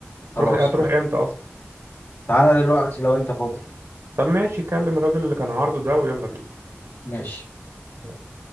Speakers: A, on the left; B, on the right.
A: خلاص
B: تروح هتروح
A: قشطة.
B: امتى اصلا
A: تعالى دلوقتي لو انت فاضي
B: طب ماشي كلم الراجل اللي كان عارضه ده ويلا بينا
A: ماشي
B: يلا.